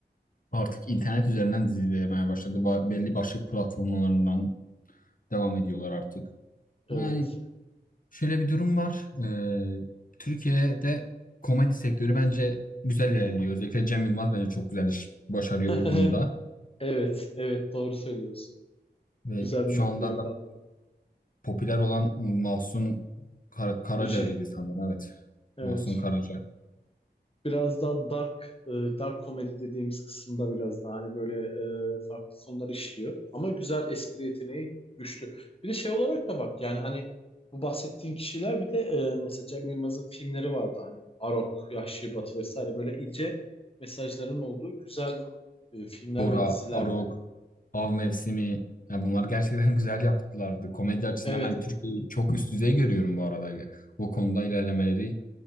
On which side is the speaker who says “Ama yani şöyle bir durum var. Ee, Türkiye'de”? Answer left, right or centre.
Left